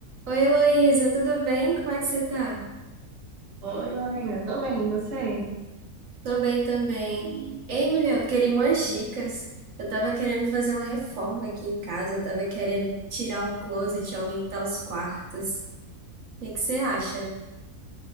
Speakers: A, on the right; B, on the right.
A: Oi, Heloísa, tudo bem? Como é que você tá?
B: Oi, Lorena, tô bem, e você?
A: Tô bem também. Ei, mulher, eu queria umas dicas. Eu tava querendo fazer uma reforma aqui em casa, eu tava querendo tirar o closet, aumentar os quartos. O que que você acha?